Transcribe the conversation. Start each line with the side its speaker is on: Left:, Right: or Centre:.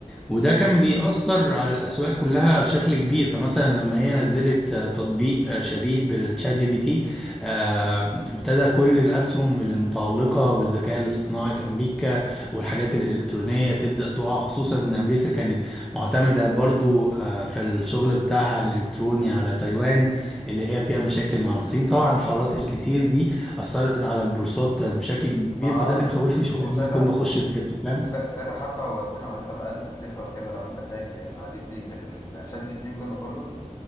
Centre: وده كان بيأثر على الأسواق كلها بشكل كبير فمثلا لما هي نزلت آه، تطبيق آه، شبيه بالشات جي بي تي آه، ابتدى كل الأسهم المتعلقة بالذكاء الاصطناعي في أمريكا والحاجات الإلكترونية تبدأ تقع خصوصا إن أمريكا كانت معتمدة برضو آه، في الشغل بتاعها الإلكتروني على تايوان اللي هي فيها مشاكل مع الصين طبعا الحوارات الكتير دي أثرت على البورصات بشكل
Left: ما
Centre: كبير فده اللي مخوفني شوية
Left: وساعتها
Centre: إن أنا أكون بخش الكريبتو فاهم
Left: وساعتها حتى هو الصين عملتها بأقل تكلفة وكده لو أنت فاكر يعني على ديب سيك لكن شات جي بي تي والجو ده كله